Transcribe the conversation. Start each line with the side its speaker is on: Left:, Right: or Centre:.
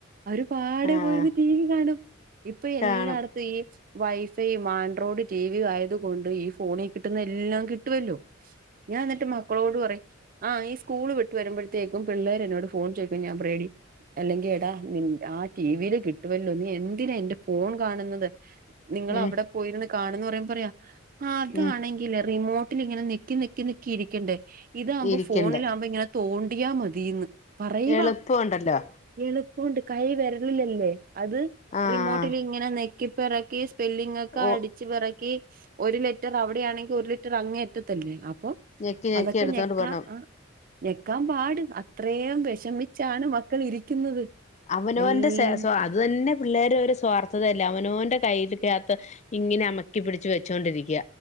Right: അവര്പാടെ
Left: ആ
Right: പോയ്ര്ന്ന് ടി വി കാണും ഇപ്പ എല്ലാട്ത്തും
Left: കാണും
Right: ഈ വൈഫൈയും ആൻഡ്രോഡ് ടിവിയും ആയത്കൊണ്ട് ഈ ഫോണി കിട്ടുന്ന എല്ലാം കിട്ടുവല്ലോ ഞാ ന്ന്ട്ട് മക്കളോട് പറയും ആഹ് ഈ സ്കൂള് വിട്ട് വരുമ്പഴ്ത്തേക്കും പിള്ളേരെന്നോട് ഫോൺ ചോയ്ക്കും ഞാ പറയും എടീ അല്ലെങ്കി എടാ നി ആ ടി വില് കിട്ടുവല്ലോ നീ എന്ന് ന്തിന എന്റെ ഫോൺ കാണുന്നത് നിങ്ങളവ്ട
Left: ഉം
Right: പോയ്ര്ന്ന് കാണ്ന്ന് പറയ്മ്പ പറയാ അതാണെങ്കില്
Left: ഉം
Right: റിമോട്ടിലിങ്ങനെ നെക്കി നെക്കി നെക്കി ഇരിക്കണ്ടേ ഇതാമ്പോ
Left: ഇരിക്കണ്ട്
Right: ഫോണിലാവ്മ്പ ഇങ്ങനെ തോണ്ടിയാ മതീന്ന് പറയ്
Left: എളുപ്പമുണ്ടല്ലോ
Right: വാ എളുപ്പോണ്ട് കൈ വെരളിലല്ലേ അത്
Left: ആഹ്
Right: റിമോട്ടിലിങ്ങനെ നെക്കിപ്പെറക്കി സ്പെല്ലിങ്ങക്കടി
Left: ഓ
Right: ച്ച്‌ പെറക്കി ഒര് ലെറ്ററ് അവ്ടെയാണെങ്കി ഒരു ലിറ്ററങ്ങേ അറ്റത്തല്ലേ അപ്പൊ
Left: ഞെക്കി ഞെക്കി
Right: അതൊക്കെ
Left: എടുത്തോണ്ട്
Right: ഞെക്കാ
Left: പോണം
Right: ആ ഞെക്കാം പാട് അത്രേം വെഷമിച്ചാണ് മക്കള് ഇരിക്കുന്നത്
Left: അവനോന്റ
Right: എല്ല
Left: സെ സ്വാ അത് തന്നെ പിള്ളേരൊരു സ്വാർത്ഥതല്ലെ അവനോന്റ കയ്ല്ക്കാത്ത് ഇങ്ങനെ അമ്മക്കി പിടിച്ചു വെച്ചോണ്ടിരിക്ക